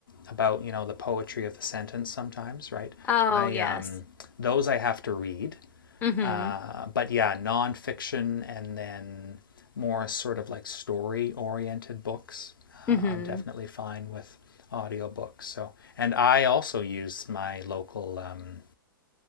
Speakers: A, on the left; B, on the left.
A: about you know the poetry of the sentence sometimes right
B: Oh,
A: i
B: yes.
A: um, those i have to read
B: hmm
A: uh, but yeah, nonfiction and then more sort of like story oriented books.
B: hmm
A: Uh, I'm definitely fine with audiobooks. So, and I also use my local um,